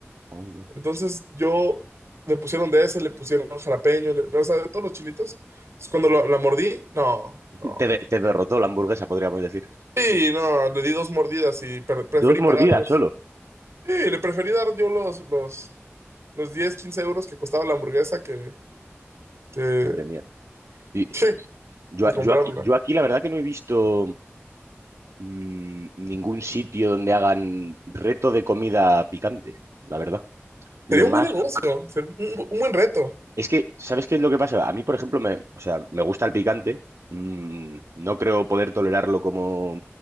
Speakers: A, on the right; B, on the right.
A: Onda.
B: Entonces yo le pusieron de ese, le pusieron jalapeño, le- o sea, de todos los chilitos. Entonces, cuando lo- la mordí, no,
A: <laughs>
B: no, no.
A: Te, de- te derrotó la hamburguesa, podríamos decir.
B: Sí, no, le di dos mordidas y pre- preferí
A: Dos mordidas
B: pagarlos.
A: solo.
B: Sí, le preferí dar yo los, los, los 10, 15 euros que costaba la hamburguesa que, que,
A: Madre mía. Y
B: que,
A: yo,
B: que
A: a-
B: comprarla.
A: yo aquí, yo aquí la verdad que no he visto mm, ningún sitio donde hagan reto de comida picante, la verdad. Lo
B: Sería un
A: más
B: buen negocio, ser- un, bu- un buen reto.
A: Es que, ¿sabes qué es lo que pasa? A mí, por ejemplo, me, o sea, me gusta el picante. mm, no creo poder tolerarlo como,